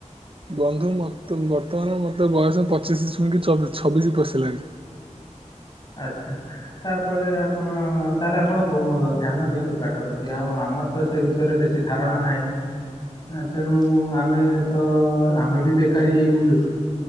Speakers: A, on the right; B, on the left.
A: ବନ୍ଧୁ ମତ ବର୍ତ୍ତମାନର ମତେ ବୟସ ପଚିଶି ଛୁଇଁକି ଚବିଶ ଛବିଶି ପଶିଲାଣି।
B: ଆଚ୍ଛା। ତାପରେ ଆପଣ ତାହେଲେ ଆପଣ ବହୁ ଧ୍ୟାନ ଦିଅନ୍ତୁ ପାଠ ପ୍ରତି। ଆଉ ଆପ୍ ଆମର ତ ସେ ବିଷୟରେ ବେଶୀ ଧାରଣା ନାହିଁ ତେଣୁ ଆମେ ତ ଆମେ ବି ବେକାରୀ ହେଇ ବୁଲୁଛୁ।